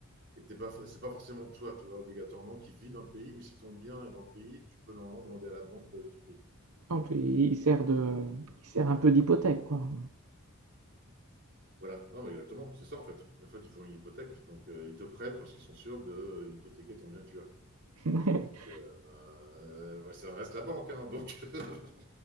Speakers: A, on the right; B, on the right.
A: Et t'es pas, c'est pas forcément toi, tu vois, obligatoirement, qui vit dans le pays, mais si ton bien est dans le pays, tu peux normalement demander à la banque de- du pays.
B: donc, il sert de, il sert un peu d'hypothèque, quoi.
A: Voilà. Non, mais exactement, c'est ça en fait. En fait, ils font une hypothèque, donc euh, ils te prêtent parce qu'ils sont sûrs de euh, hypothéquer ton bien que tu as.
B: <laughs>
A: Donc, euh, ouais, ça reste la banque, hein, donc. <laughs>